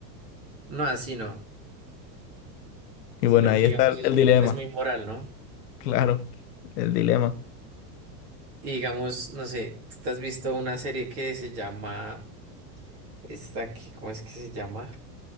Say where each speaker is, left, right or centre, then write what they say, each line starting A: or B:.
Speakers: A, on the right (about 30°); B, on the left (about 70°).
A: no así no,
B: Y
A: sino
B: bueno, ahí
A: que
B: está
A: digamos
B: el,
A: es,
B: el
A: un-
B: dilema,
A: es muy moral, ¿no?
B: <laughs> claro, el dilema.
A: Y digamos, no sé, tú te has visto una serie que se llama, esta aquí, ¿cómo es que se llama?